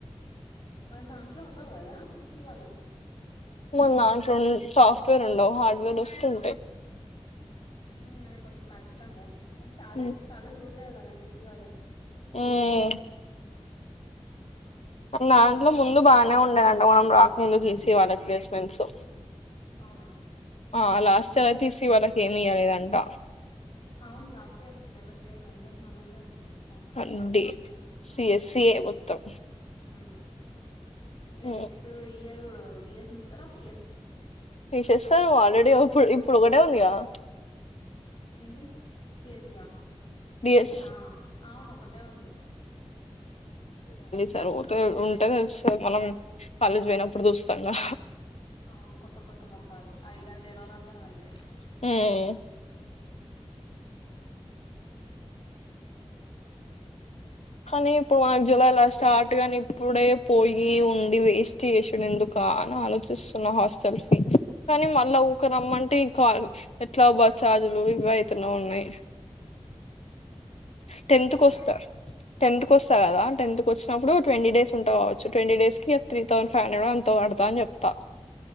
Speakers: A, on the left; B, on the left.
A: మన్ దాంట్లో ఉండవ్ గదా ఇసీ వాళ్ళకి
B: మన్ దాంట్లోన్ సాఫ్ట్ వేర్ ఉండవ్ హార్డ్ వేర్ వస్తే వుంటాయ్
A: ఉ అది కొంచెం కష్టము అండ్ చాలా
B: ఉమ్,
A: చాలా జూల్లేదు వాళ్ళని ఈసీ వాళ్ళని
B: ఉమ్,
A: జాబ్స్ లాగ
B: మన్ దాంట్లో ముందు బానే ఉండేదంట మనం రాకముందు బీసి వాళ్ళకు ప్రే స్మెంట్సు
A: అవునా
B: ఆ లాస్టియర్ అయితే ఈసీ వాళ్ళకి ఏమి ఇయ్యలేదంట
A: అవును లాస్టియర్ అసలు ఎవరు లేరు అందరు మనోళ్ళె ఉండ సమ్ సై
B: అండి
A: సియ్యస్సి వాల్
B: సిఎస్సిఏ మొత్తం
A: హు ఇక
B: ఉమ్,
A: నెక్స్ట్ ఇయరు డీఎస్సీ ఇస్తారా <inaudible>
B: తీసేస్తే ఆల్రెడీ ఇప్పుడు ఇప్పుడు ఒకటే ఉంది కదా
A: ఏంటి సేసియా
B: డిఎస్
A: సెక్షనా అవును ఒకటే ఉంది
B: చల్ ఊరకనే ఉంటే స మనం కాలేజ్ పోయినప్పుడు చూస్తాంగా
A: అవును కొత్త కొత్త మోఖాలు ఐడి కార్డులు లేని వాళ్ళ అందరూ వాళ్ళే
B: మ్మ్ కానీ ఇప్పుడు మనకు జులై లా స్టార్ట్ గాని ఇప్పుడే పోయి ఉండి వేస్ట్ చేసాడు ఎందుకు అను ఆలోచిస్తున్నా హాస్టెల్ ఫీ కానీ మళ్ళా ఊకే రమ్మంటే ఇంకా ఎట్లా బస్ చార్జులు ఇవి ఎక్కువే అయితున్నాయి టెన్త్కి
A: ఏ కదా
B: వస్తా టెన్త్ కి వస్త కదా టెన్త్ కి వచ్చినప్పుడు ట్వంటీ డేస్ ఉంటా వచ్చేట్వంటీ డేస్ కి త్రీ థౌసండ్ ఫైవ్ హండ్రెడ్ ఎంతో తా అని చెప్తా